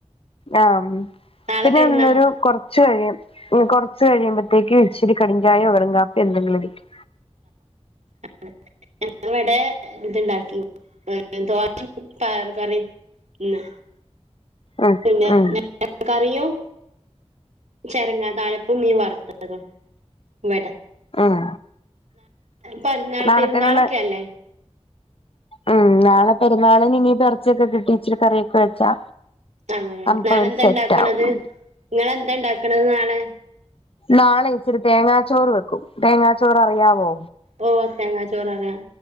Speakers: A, on the left; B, on the right.
A: ആഹ്
B: നാളെ
A: പിന്നൊരു
B: പെരുന്നാ
A: കെ- കുറച്ച് കഴിയും കുറച്ച് കഴിയുമ്പോഴത്തേക്ക് ഇച്ചിരി കടുചായോ കടുക്കാപ്പിയോ എന്തെങ്കിലും ഇരിക്കും.
B: <inaudible> ഇവിടെ ഇതുണ്ടാക്കി ദോശയും പയർ കറിയും ഇന്ന്.
A: ഉം
B: പിന്നെ
A: ഉം
B: കറിയും ചരങ്ങാതാളിപ്പും മീൻ വറുത്തതും ഇവിടെ
A: ഉം
B: പെരുന്നാൾ
A: നാളത്തേനുള്ള
B: പെരുന്നാളൊക്കെ അല്ലേ
A: ഉം നാളെ പെരുന്നാളിന് ഇനി ഇറച്ചിയൊക്കെ കിട്ടി ഇച്ചിരി കറിയൊക്കെ വെച്ചാ
B: അങ്ങനെ
A: അപ്പൊ
B: നാളെന്താ
A: ഒരു സെറ്റ്
B: ഉണ്ടാക്കണത്
A: ആവും
B: നിങ്ങളെന്താ ഉണ്ടാക്കണത് നാളെ
A: നാളെ ഇച്ചിരി തേങ്ങാച്ചോറ് വെക്കും തേങ്ങാച്ചോറ് അറിയാവോ?
B: ഓ തേങ്ങാചോററേ